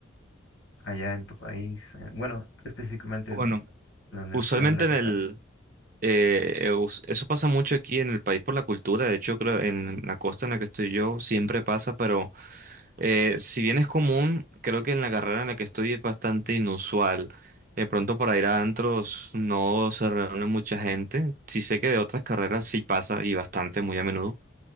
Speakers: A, on the left; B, on the right.
A: allá en tu país? eh, Bueno, específicamente
B: bueno,
A: en la universidad
B: usualmente
A: en la que
B: en
A: estás.
B: el Eh, eus- eso pasa mucho aquí en el país por la cultura. De hecho, creo en la costa en la que estoy yo siempre pasa, pero eh, si bien es común, creo que en la carrera en la que estoy es bastante inusual. De pronto para ir a antros no se reúne mucha gente. Sí sé que de otras carreras sí pasa y bastante, muy a menudo.